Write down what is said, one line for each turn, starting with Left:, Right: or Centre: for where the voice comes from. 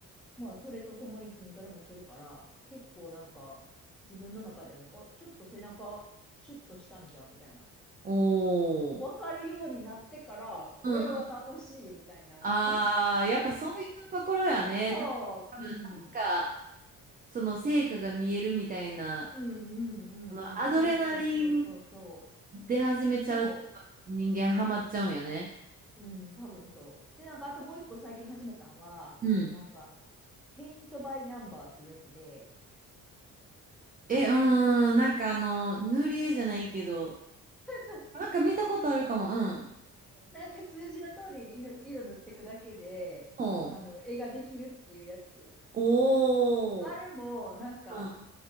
Centre: まあ、それとともに筋トレもするから、結構なんか、自分の中でも、あ、ちょっと背中、シュッとしたんちゃうみたいな。
Right: おー。
Centre: わかるようになってから、これは楽しいみたいな。
Right: うんうんああー、やっぱそういうところやね。
Centre: そう、
Right: た多分なんか、
Centre: うん。
Right: その成果が見えるみたいな
Centre: うんうんうんうん。
Right: あの、アドレナリン
Centre: そうそうそうそうそう。
Right: 出始めちゃうと人間ハマっちゃうんよね。
Centre: そう。うん、多分そう。で、なんか、あともう一個最近始めたんは、
Right: うん。
Centre: あの、なんか、ペイントバイナンバーっていうやつで、
Right: え、うーん、なんかあの、塗り絵じゃないけど、
Centre: そうそうそう
Right: なんか見たことあるかも、うん。
Centre: なんか数字の通りに色、色塗っていくだけで、
Right: おう
Centre: あの、絵ができるっていうやつ。
Right: おー、
Centre: あれも、なんか、
Right: うん、